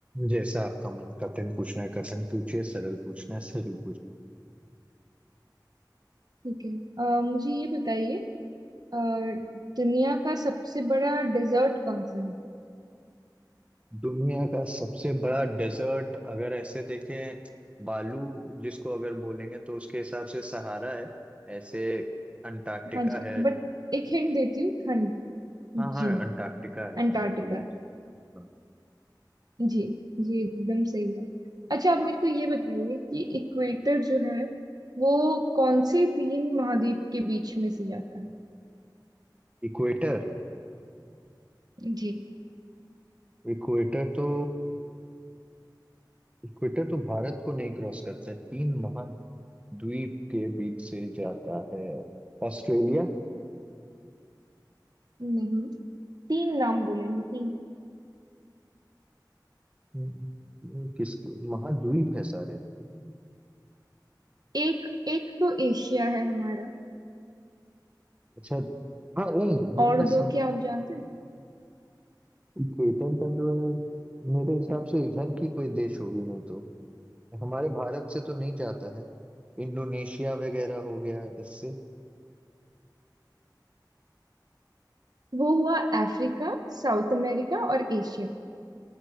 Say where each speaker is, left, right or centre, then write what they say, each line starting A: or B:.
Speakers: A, on the right (about 15°); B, on the right (about 60°).
A: जैसा आपका मन कठिन पूछना है कठिन पूछिए सरल पूछना है सरल
B: ठीक है अ, मुझे ये बताइए अ, दुनिया का सबसे बड़ा डेजर्ट कौन सा है
A: दुनिया का सबसे बड़ा डेजर्ट अगर ऐसे देखें बालू जिसको अगर बोलेंगे तो उसके हिसाब से सहारा है ऐसे अंटार्कटिका
B: हाँ जी
A: है
B: बट एक हिंट देती हूँ ठंड
A: हाँ
B: जी
A: हाँ अंटार्कटिका है
B: अंटार्कटिका
A: मैंने बोला था हाँ
B: जी जी एकदम सही है अच्छा आप मेरे को ये बताइए कि इक्वेटर जो है वो कौन से तीन महाद्वीप के बीच में से जाता है
A: इक्वेटर
B: जी
A: इक्वेटर तो इक्वेटर तो भारत को नहीं क्रॉस करता है तीन महाद्वीप के बीच से जाता है ऑस्ट्रेलिया
B: नहीं तीन नाम बोलेंगे तीन
A: हम्म, किस महाद्वीप है सारे
B: एक एक तो एशिया है हमारा
A: अच्छा हाँ नहीं वो
B: और
A: मैं
B: दो
A: सम
B: क्या आप जानते हैं
A: थिएटर का जो है मेरे हिसाब से इधर की कोई देश होगी नहीं तो हमारे भारत से तो नहीं जाता है इंडोनेशिया वगैरह हो गया इससे
B: वो हुआ अफ्रीका साउथ अमेरिका और एशिया